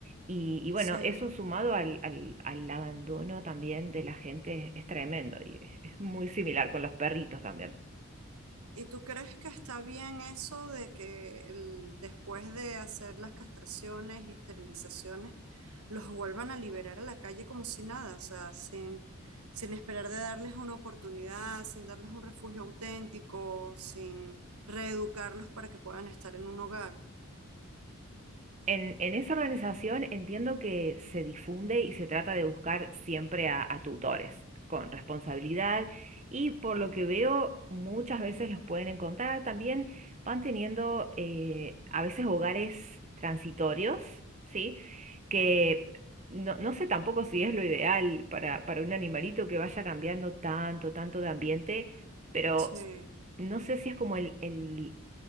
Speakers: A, on the right; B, on the right.
A: Y, y bueno,
B: sí.
A: eso sumado al, al, al abandono también de la gente es, es tremendo y es es muy similar con los perritos también.
B: ¿Y tú crees que está bien eso de que el- después de hacer las castraciones y esterilizaciones los vuelvan a liberar a la calle como si nada, o sea, sin, sin esperar de darles una oportunidad, sin darles un refugio auténtico, sin reeducarlos para que puedan estar en un hogar?
A: En, en esa organización entiendo que se difunde y se trata de buscar siempre a, a tutores con responsabilidad y por lo que veo muchas veces los pueden encontrar. También van teniendo eh, a veces hogares transitorios, ¿sí? Que no, no sé tampoco si es lo ideal para, para un animalito que vaya cambiando tanto, tanto de ambiente, pero
B: Sí,
A: no sé si es como el, el